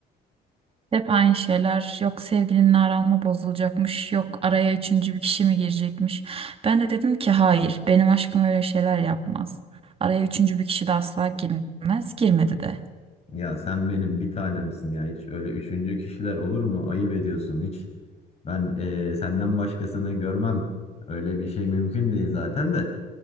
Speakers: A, on the right; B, on the left.
A: Hep aynı şeyler. Yok sevgilinin aranma bozulacakmış. Yok araya üçüncü bir kişi mi girecekmiş. Ben de dedim ki hayır benim aşkım öyle şeyler yapmaz. Araya üçüncü bir kişi de asla girmez. Girmedi de.
B: Ya sen benim bir tanemsin ya. Hiç öyle üçüncü kişiler olur mu? Ayıp ediyorsun hiç. Ben ee, senden başkasını görmem. Öyle bir şey mümkün değil zaten de.